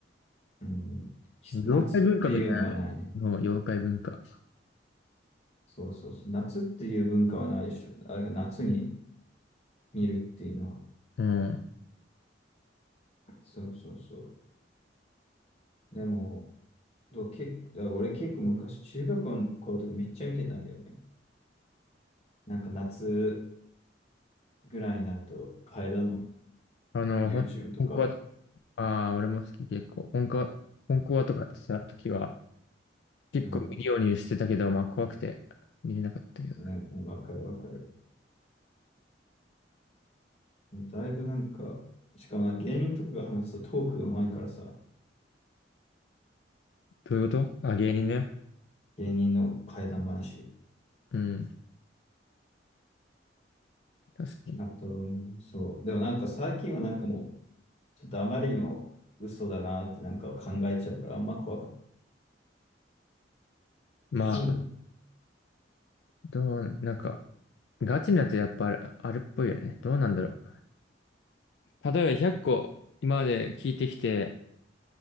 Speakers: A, on the left; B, on the left.
A: うん。き夏っていうのはないね。
B: 妖怪文化みたいなの、妖怪文化。
A: そうそうそう。夏っていう文化はないでしょ。あれが夏に見るっていうのは。
B: うん。
A: そうそうそう。でも、どう結構、だから俺結構昔、中学校の頃とかめっちゃ見てたんだよね。なんか夏ぐらいになると、階段の
B: あの、
A: YouTube
B: ほん、
A: とか、
B: 本コア、ああ、俺も好き結構。本コア、本コアとかやってた時は、結構見るようにしてたけど、
A: うん。
B: まあ怖くて見れなかったけど。
A: ね、わかるわかる。だいぶなんか、しかもな芸人とかが話すとトークが上手いからさ、
B: どういうことあ、芸人ね。
A: 芸人の怪談話。
B: うん、確かに。
A: あと、うんそう。でもなんか最近はなんかもう、ちょっとあまりにも嘘だなってなんか考えちゃうから、あんま怖くな
B: まあ、
A: い。うん
B: どう、なんか、ガチなやつやっぱある、あるっぽいよね。どうなんだろう。例えば100個今まで聞いてきて、